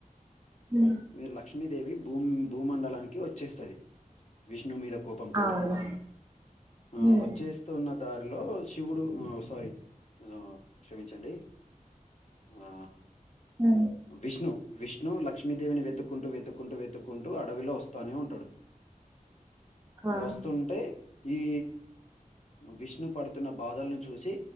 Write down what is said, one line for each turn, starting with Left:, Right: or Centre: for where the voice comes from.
Right: ఉమ్మ్
Left: మీ లక్ష్మీదేవి భూమ్ భూమండలానికి ఒచ్చేస్తది విష్ణు మీద కోపం తోటి
Right: అవును
Left: ఆ
Right: ఉమ్
Left: వచ్చేసి. తున్న దారిలో శివుడు ఆ సారీ ఆ క్షమించండి. ఆ.
Right: ఉమ్
Left: విష్ణు విష్ణు లక్ష్మి దేవిని వెతుక్కుంటూ వెతుక్కుంటూ వెతు. వెతుక్కుంటూ అడవిలో వస్తనే ఉంటాడు
Right: ఆ
Left: వస్తుంటే. ఈ విష్ణు పడుతున్నా బాధలను చూసి